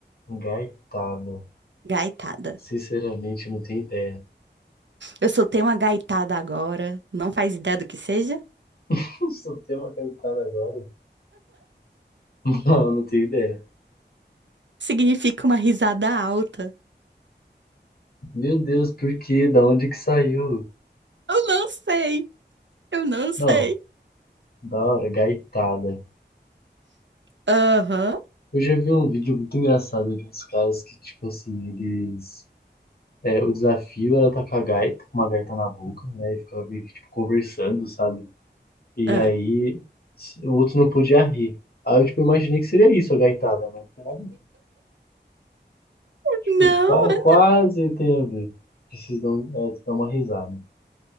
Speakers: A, on the left (about 55°); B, on the right (about 85°).
A: Gaitada.
B: Gaitada.
A: Sinceramente, não tenho ideia.
B: Eu soltei uma gaitada agora. Não faz ideia do que seja?
A: <laughs> Só tem uma gaitada agora? <laughs> Não, não tenho ideia.
B: Significa uma risada alta.
A: Meu Deus, por quê? Da onde que saiu?
B: Eu não sei. Eu não sei.
A: Não, da hora, gaitada.
B: Aham.
A: Eu já vi um vídeo muito engraçado de uns caras que, tipo assim, eles. é, o desafio era tacar a gaita, com uma gaita na boca, né? E ficar meio que, tipo, conversando, sabe? E
B: Ah.
A: aí o outro não podia rir. Aí eu tipo, imaginei que seria isso, a gaitada, mas não tem nada, tipo,
B: Não,
A: qua-
B: é
A: quase tem a ver. Preciso dar, um- é, dar uma risada.